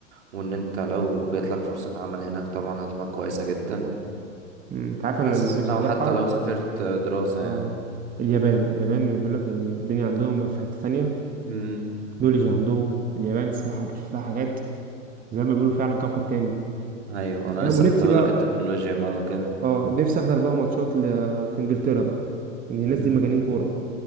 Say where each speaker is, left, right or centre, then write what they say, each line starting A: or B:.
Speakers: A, on the right (about 60°); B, on the right (about 20°).
A: وإن أنت لو جاتلك فرصة عمل هناك طبعا هتبقى كويسة جدا
B: مم، أنت عارف
A: بس
B: أنا اللي نفسي
A: أو
B: أروحها
A: حتى لو سافرت آه، دراسة يعني
B: آه اليابان اليابان بيقول لك الدنيا عندهم بقى في حتة تانية
A: امم
B: التكنولوجيا عندهم اليابان الصراحة بشوف لها حاجات زي ما بيقولوا فعلا كوكب تاني
A: أيوة أنا
B: تمام
A: لسه
B: ونفسي
A: كنت أقولك
B: بقى
A: التكنولوجيا بقى وكده
B: اه نفسي احضر بقى ماتشات ل... في انجلترا بقى ان الناس
A: امم
B: دي مجانين كوره